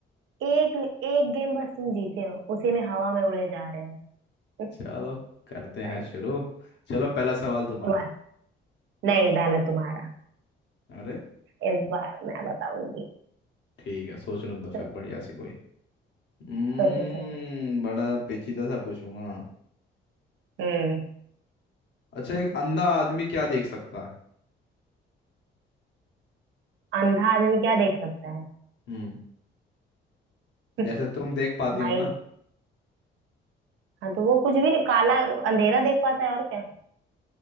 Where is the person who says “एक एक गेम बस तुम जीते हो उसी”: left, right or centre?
Right